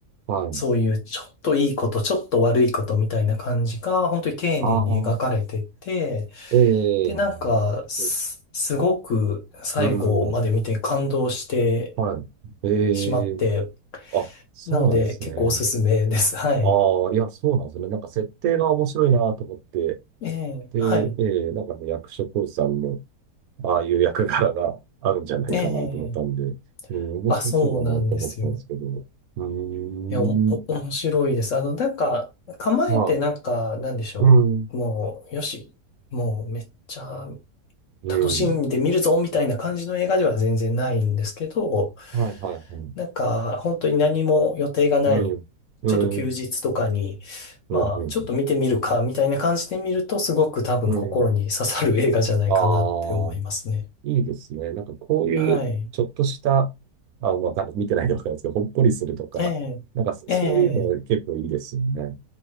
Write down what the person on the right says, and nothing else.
はい。
ああ、ええなるほど。
うん、はい。ええ
あ、そうなんですね。
ああ、いや、そうなんですね。なんか設定が面白いなと思って。
で、
ええなんかね、役所広司さんの、ああいう役柄が <laughs> あるんじゃないかなと思ったんで、
うん、面白そうだなと思ってたんですけど。
うーん、
は
い。うん、
うん。
はい、はい、はい。
うん、うん、
うん、うん、
うん。ああ、いいですね。なんかこういうちょっとした、
あ、わかんない。見てないでわかんないですけど、ほっこりするとか、
なんかそそういうの結構いいですよね。